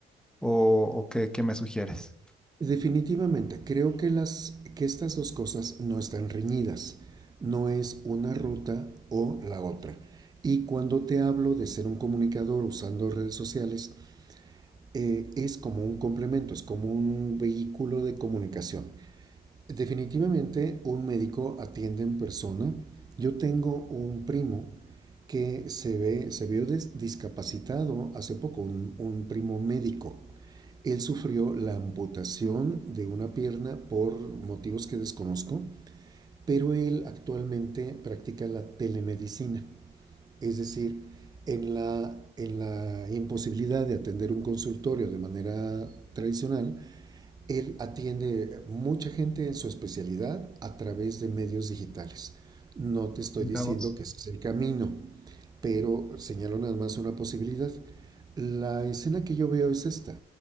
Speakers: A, in the centre; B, on the right.
A: o, o qué, qué me sugieres?
B: definitivamente, creo que las, que estas dos cosas no están reñidas. No es una ruta o la otra. Y cuando te hablo de ser un comunicador usando redes sociales, eh, es como un complemento, es como un vehículo de comunicación. Definitivamente un médico atiende en persona. Yo tengo un primo que se, ve, se vio des, discapacitado hace poco, un, un primo médico. Él sufrió la amputación de una pierna por motivos que desconozco, pero él actualmente practica la telemedicina. Es decir, en la, en la imposibilidad de atender un consultorio de manera tradicional, él atiende mucha gente en su especialidad a través de medios digitales. No te estoy
A: Mira
B: diciendo
A: vos.
B: que ese es el camino, pero señalo nada más una posibilidad. La escena que yo veo es esta,